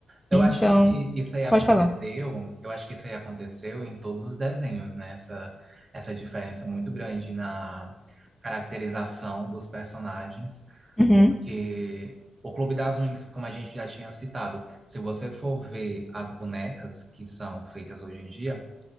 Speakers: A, on the right; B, in the centre.
A: Eu
B: Então,
A: acho que isso aí aconteceu,
B: pode falar.
A: eu acho que isso aí aconteceu em todos os desenhos, né? Essa, essa diferença muito grande na caracterização dos personagens,
B: Uhum,
A: porque o Clube das Winx, como a gente já tinha citado, se você for ver as bonecas que são feitas hoje em dia,